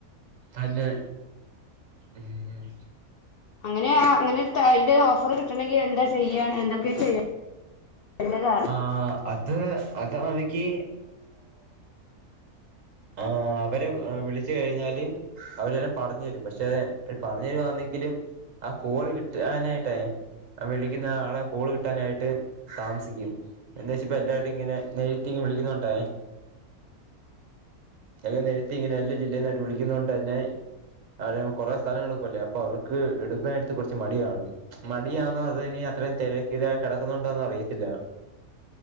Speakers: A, on the right (about 60°); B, on the left (about 85°).
A: അന്നെ ഉം
B: അങ്ങനെ അങ്ങനെ അതിന്റെ ഓഫർ കിട്ടണെങ്കിൽ എന്താ ചെയ്യാണ് എന്തൊക്കെ ചെയ്യാം ചെയ്യണ്ടത് അറി
A: ആഹ് അത് അതാ എനിക്ക് ആഹ് അവരെ വിളിച്ചു കഴിഞ്ഞാല് അവരല്ലാം പറഞ്ഞു തരും പക്ഷെ പറഞ്ഞു തരുവാന്നെങ്കിലും ആ കോള് കിട്ടാനായിട്ടേ ആ വിളിക്കുന്ന ആളെ കോള് കിട്ടാനായിട്ട് താമസിക്കും എന്താ വെച്ച എല്ലാരും ഇങ്ങനെ നെരത്തീ വിളിക്കുന്നോണ്ടേ അതെ നിരത്തി ഇങ്ങനെ എല്ലാ ജില്ലയി ന്നായിട്ട് വിളിക്കുന്ന കൊണ്ടന്നെ ആ കുറേ സമയടുക്കൂല്ലേ അപ്പൊ അവർക്ക് എടുക്കാനായിട്ട് കുറച്ച് മടികാണും മടിയാണോ അതനി അത്രയും തിരക്ക് ഇത കിടക്കുന്നുണ്ടോന്നറിയത്തില്ല